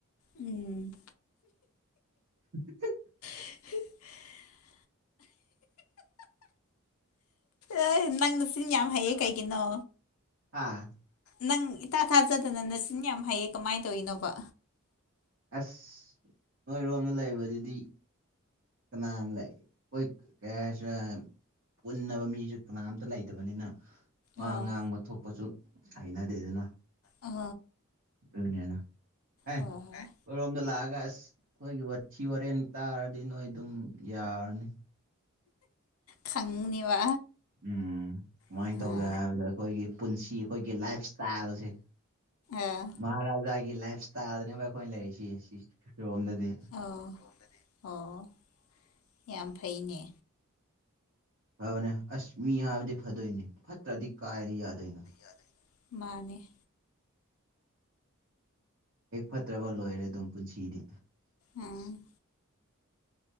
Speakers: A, on the left; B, on the right.
A: ꯎꯝ
B: <unintelligible>
A: <inaudible> ꯑꯦ ꯅꯪꯅ ꯃꯁꯤꯡ ꯌꯥꯝ ꯍꯩꯌꯦ ꯀꯩꯒꯤꯅꯣ
B: ꯑꯥ
A: ꯅꯪ ꯏꯇꯥ ꯊꯥꯖꯗꯅ ꯅꯆꯤꯟ ꯌꯥꯝ ꯍꯩꯌꯦ ꯀꯃꯥꯏꯅ ꯇꯧꯔꯤꯅꯣꯕ
B: ꯑꯁ ꯅꯣꯏꯔꯣꯝꯗ ꯂꯩꯕꯗꯨꯗꯤ ꯅꯥꯅ ꯂꯩꯦꯣꯏ ꯀꯌꯥꯁ ꯄꯨꯟꯅꯕ ꯃꯤꯁꯨ ꯀꯅꯥꯝꯇ ꯂꯩꯇꯕꯅꯤꯅ ꯋꯥ
A: ꯑꯥ
B: ꯉꯥꯡꯕ ꯊꯣꯛꯄꯁꯨ ꯍꯩꯅꯗꯦꯗꯅ
A: ꯑ
B: ꯑꯗꯨꯅꯦꯅ ꯑꯦ
A: ꯍꯣꯏ ꯍꯣꯏ
B: ꯑꯩꯈꯣꯏꯔꯣꯝꯗ ꯂꯥꯛꯑꯒ ꯑꯁ ꯑꯩꯈꯣꯏꯒꯤ ꯋꯥꯊꯤ ꯋꯥꯔꯦꯟ ꯇꯥꯔꯗꯤ ꯅꯣꯏ ꯑꯗꯨꯝ ꯌꯥꯔꯅꯤ
A: ꯈꯪꯅꯤꯕ
B: ꯎꯝ ꯀꯃꯥꯏꯅ
A: ꯑꯥ
B: ꯇꯧꯒꯦ ꯍꯥꯏꯕꯗ ꯑꯩꯈꯣꯏꯒꯤ ꯄꯨꯟꯁꯤ ꯑꯩꯈꯣꯏꯒꯤ ꯂꯥꯏꯐ ꯏꯁꯇꯥꯏꯜꯁꯦ
A: ꯑꯥ
B: ꯃꯍꯥꯔꯥꯖꯥꯒꯤ ꯂꯥꯏꯐ ꯏꯁꯇꯥꯏꯜꯗꯅꯦꯕ ꯑꯩꯈꯣꯏ ꯂꯩꯔꯤꯁꯤ ꯔꯣꯝꯗꯗꯤ꯫
A: ꯑꯣ ꯑꯣ ꯌꯥꯝ ꯐꯩꯅꯦ
B: ꯐꯕꯅꯦ ꯑꯁ ꯃꯤ ꯍꯥꯏꯕꯗꯤ ꯐꯗꯣꯏꯅꯦ ꯐꯠꯇ꯭ꯔꯗꯤ ꯀꯥꯏꯗꯩ ꯌꯥꯗꯣꯏꯅꯣ
A: ꯌꯥꯗꯣꯏꯅꯣ ꯃꯥꯅꯦ
B: ꯍꯦꯛ ꯐꯠꯇ꯭ꯔꯕ ꯂꯣꯏꯔꯦ ꯑꯗꯨꯝ ꯄꯨꯟꯁꯤꯗꯤ
A: ꯎꯝ